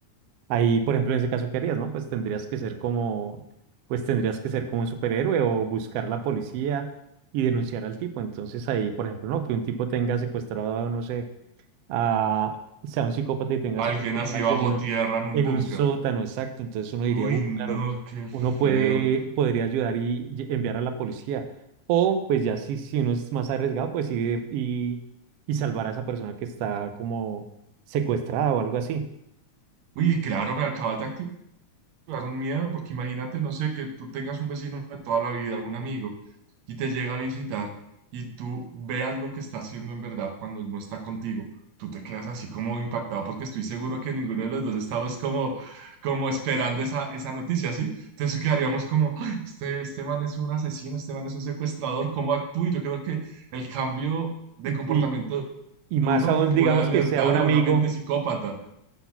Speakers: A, on the right; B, on the right.
A: ahí, por ejemplo, en ese caso, ¿qué harías, no? Pues tendrías que ser como, pues tendrías que ser como un superhéroe o buscar la policía y denunciar al tipo. Entonces ahí, por ejemplo, no, que un tipo tenga secuestrado, no sé a, sea un psicópata y tenga
B: Alguien
A: secuestrado
B: así
A: a alguien
B: bajo
A: en, un-
B: tierra en un
A: en
B: búnker.
A: un sótano, exacto. Entonces uno diría,
B: Uy,
A: "Uy,
B: no,
A: claro,
B: qué feo.
A: uno puede, podría ayudar y lle- enviar a la policía. O pues ya si, si uno es más arriesgado, pues ir y, y salvar a esa persona que está como secuestrada o algo así.
B: Uy, claro, me acabas de activar. Claro, un miedo, porque imagínate, no sé, que tú tengas un vecino de toda la vida, un amigo, y te llega a visitar y tú veas lo que está haciendo en verdad cuando no está contigo. Tú te quedas así como impactado porque estoy seguro que ninguno de los dos estamos como, como esperando esa, esa noticia, ¿sí? Entonces quedaríamos como, "Ay, este, este man es un asesino, este man es un secuestrador, ¿cómo actúa? Y yo creo que el cambio de
A: Y,
B: comportamiento
A: y, y más
B: de uno
A: aún,
B: puede
A: digamos
B: alertar
A: que sea un
B: a
A: amigo,
B: una mente psicópata.